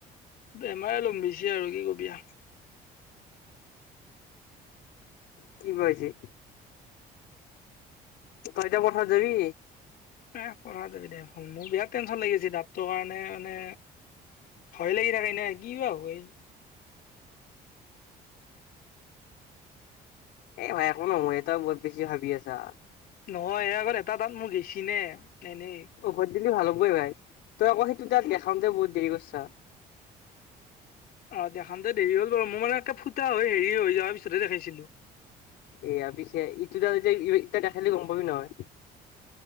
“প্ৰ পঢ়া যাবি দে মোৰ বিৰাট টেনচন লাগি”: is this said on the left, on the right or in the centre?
Left